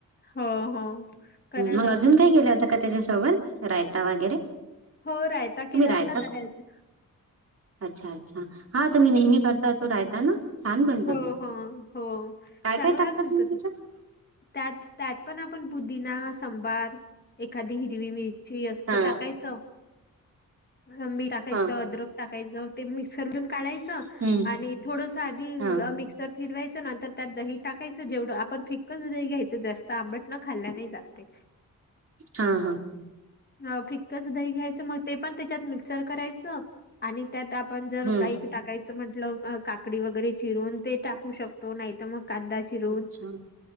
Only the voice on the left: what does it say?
हो हो कराना.
हो रायता केला
होता दह्याचा.
हो
हो हो,
चांगला
म्हणत
त्यात त्यात पण आपणं पुदिना सांबार एखादी हिरवी मिरची असं
टाकायचं. लंबी टाकायचं
अद्रक टाकायचं ते मिक्सर मधून काढायचं
आणि थोडसं ती
मिक्सर फिरवायचं ना तर त्यात दही टाकायचं जेवढं आपणं थिक्कच दही घ्यायचं जास्तं आंबट न खाल्ल नाही जातं ते.
हा फिक्कचं दही घ्यायचं मग ते पण त्याच्यात मिक्सर करायचं आणि त्यात आपणं जर
काही टाकायचं म्हटलं काकडी वगैरे चिरून ते टाकू शकतो नाहीतर मग कांदा चिरून,